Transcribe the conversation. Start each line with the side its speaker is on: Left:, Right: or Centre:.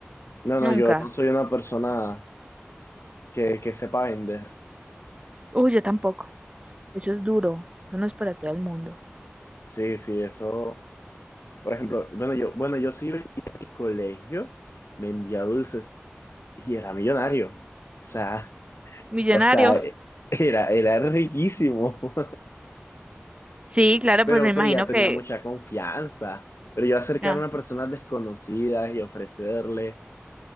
Left: no,
Right: Nunca.
Left: no, yo no soy una persona que, que sepa vender.
Right: Uy, yo tampoco. Eso es duro. Eso no es para todo el mundo.
Left: Sí, sí, eso. Por ejemplo, bueno, yo, bueno, yo sí vendía en el colegio, vendía dulces y era millonario. O sea,
Right: Millonario.
Left: O sea, eh, era, era riquísimo,
Right: Sí,
Left: <laughs>
Right: claro,
Left: pero,
Right: pues me imagino
Left: pero ya tenía
Right: que,
Left: mucha confianza. Pero yo acercarme
Right: ah,
Left: a personas desconocidas y ofrecerle